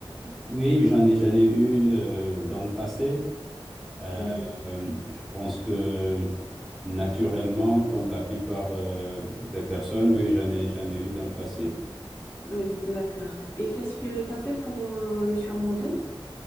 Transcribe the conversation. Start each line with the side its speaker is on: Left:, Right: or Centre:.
Centre: oui, j'en ai, j'en ai eu euh, dans le passé. Euh,
Left: Mhm.
Centre: je pense que naturellement, comme la plupart euh, des personnes, oui, j'en ai, j'en ai eu dans le passé.
Left: Oui, d'accord. Et qu'est-ce que tu as fait pour euh, le surmonter?